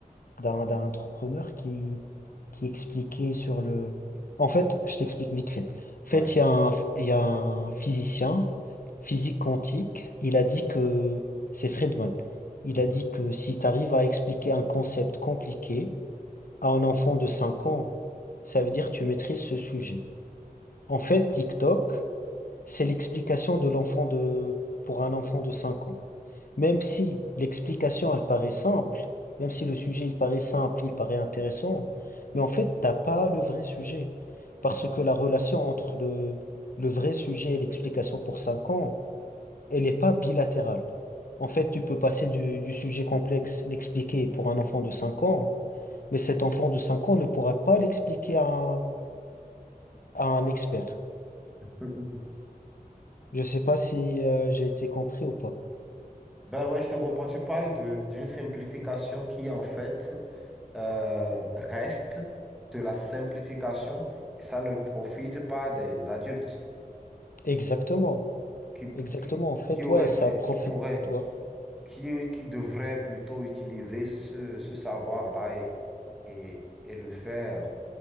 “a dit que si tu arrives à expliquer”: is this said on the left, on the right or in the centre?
Left